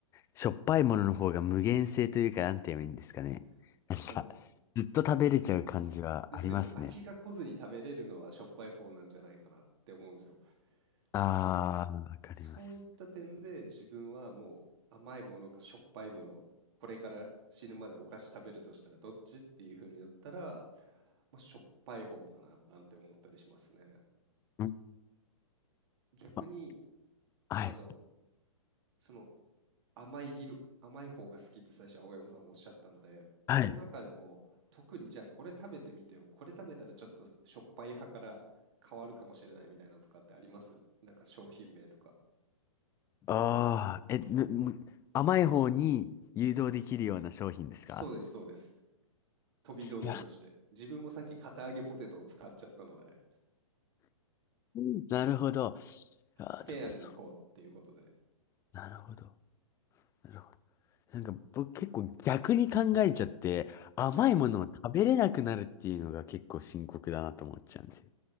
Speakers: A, on the left (about 15°); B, on the right (about 50°).
A: しょっぱいものの方が無限性というか、なんて言えばいいんですかね。
B: <laughs>
A: なんか、
B: あの、
A: ずっと食べれちゃう感じはありますね。
B: でですよね。飽きが来ずに食べれるのはしょっぱい方なんじゃないかなって思うんですよ。
A: ああ、
B: まあそ
A: わかります。
B: そういった点で自分はもう甘いものかしょっぱいもの、これから死ぬまでお菓子食べるとしたらどっちっていう風になったら、まあ、しょっぱい方かななんて思ったりしますね。
A: うん、
B: 逆に、
A: あはい。
B: あの、その甘い理論、甘い方が好きって最初青山さんおっしゃったので、その中でも特にじゃあこれ食べてみてよ、
A: はい。
B: これ食べたらちょっとしょっぱい派から変わるかもしれないみたいなのとかってありますなんか商品名とか。
A: ああ、え、ぬむ甘い方に誘導できるような商品ですか
B: そうです、そうです。飛び道具として。
A: いや、
B: 自分もさっき片揚げポテトを使っちゃったので、
A: うんなるほど。ああ、
B: フェアに行こうっていうことで。
A: でもそう、なるほど。なるほど。なんか僕結構逆に考えちゃって、甘いものを食べれなくなるっていうのが結構深刻だなと思っちゃうんですよ。
B: はいはい。